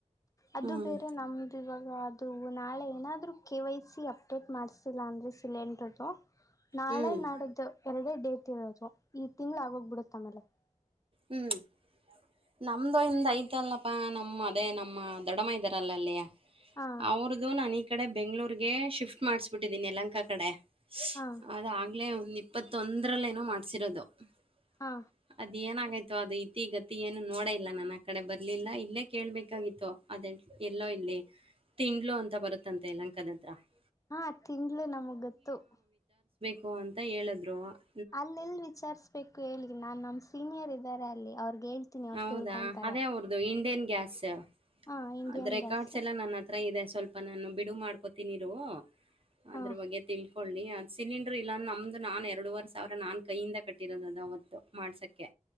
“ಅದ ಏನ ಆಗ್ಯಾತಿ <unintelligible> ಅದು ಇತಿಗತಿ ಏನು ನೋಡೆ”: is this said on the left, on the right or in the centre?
Right